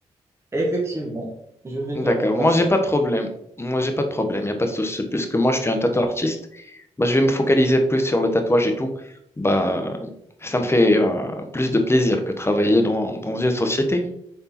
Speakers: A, on the right; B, on the left.
A: effectivement, je vais
B: D'accord.
A: te remplacer.
B: Moi, j'ai pas de problème. Moi, j'ai pas de problème. Il n'y a pas de souci. Puisque moi, je suis un tatoueur artiste, bah, je vais me focaliser plus sur le tatouage et tout. Bah, ça me fait euh, plus de plaisir que travailler dans, dans une société.